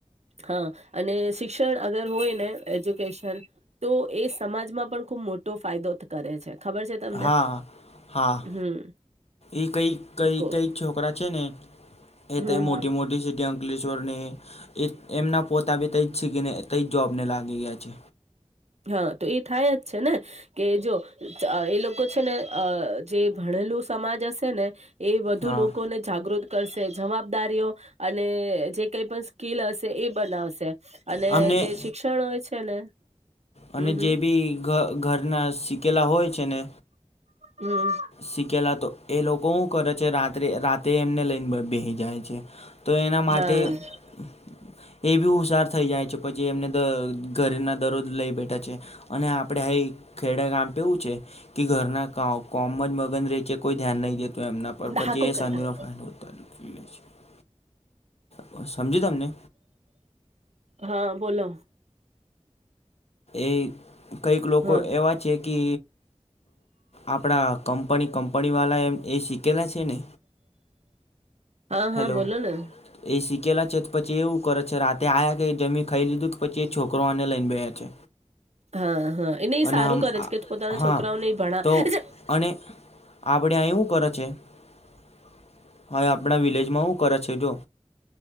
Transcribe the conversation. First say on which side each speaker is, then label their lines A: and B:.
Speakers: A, on the right; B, on the left.
A: હા અને શિક્ષણ અગર હોય ને એજ્યુકેશન તો એ સમાજમાં પણ ખૂબ મોટો ફાયદો કરે છે ખબર છે તમને
B: હા હા
A: હમ
B: એ કઈ કઈ
A: કો
B: કઈ છોકરા છે ને એ
A: હમ
B: ત મોટી
A: હમ
B: મોટી સિટી અલેશ્વરને એ એમના પોતા બી ત શીખીને ત જોબ ને લાગી ગયા છે
A: હા તો એ થાય જ છે ને કે જો એ લોકો છે ને જે ભણેલું સમાજ હશે ને એ વધુ
B: હા
A: લોકોને જાગૃત કરશે જવાબદારીઓ અને જે કઈ પણ સ્કીલ હશે એ બનાવશે અને
B: અમને
A: જે શિક્ષણ હોય છે ને
B: અને
A: હમ હમ
B: જે બી ઘરના શીખેલા હોય છે ને
A: હમ
B: શીકેલા તો એ લોકો શું કરે છે રાત્રે રાતે એમને લઈને બે જાય છે તો એના માટે
A: હા
B: એ બી હોશિયાર થઈ જાય છે પછી એમને ઘરે ના દરરોજ લઈ બેઠા છે અને આપડે આ ખેડા કામ એવું છે કે ઘરના કામ <unintelligible> કોઈ ધ્યાન નહી દેતું એમના પર પછી
A: હાકો
B: એ <unintelligible>
A: કર કાપા
B: બસ સમજાયુ તમને
A: હા બોલો
B: એ કઈક લોકો
A: હા
B: એવા છે કે આપણા કંપની કંપનીવાળા એમ એ શીખેલા છે ને
A: હા હા
B: હલો
A: બોલો ને
B: એ શીખેલા છે તો પછી એવું કરે છે રાતે આયા કે જમી ખાઈ લીધું કે પછી એ છોકરો આને લઈને બેયા છે
A: હા હા એને એ
B: અને
A: સારું
B: હમ
A: કરે છે કે પોતાના
B: હા
A: છોકરાઓને ભણ
B: તો અને આપણે <unintelligible> હવે આપણા વિલેજમાં હું કરે છે જો